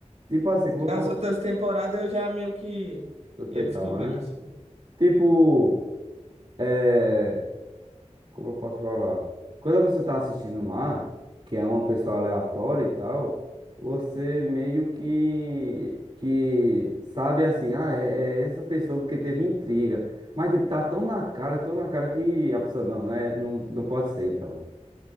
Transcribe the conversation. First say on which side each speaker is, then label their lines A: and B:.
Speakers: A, on the right; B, on the right.
A: tipo assim, como
B: já
A: eu posso.
B: as outras temporadas eu já meio que
A: Suspeitava,
B: ia descobrindo,
A: né?
B: assim.
A: Tipo, é. Como eu posso falar? Quando a pessoa tá assistindo lá, que é uma pessoa aleatória e tal, você meio que. Que sabe assim, ah, é, é essa pessoa porque teve intriga. Mas, tipo, tá tão na cara, tão na cara que a pessoa, não, né? Não, não pode ser, então.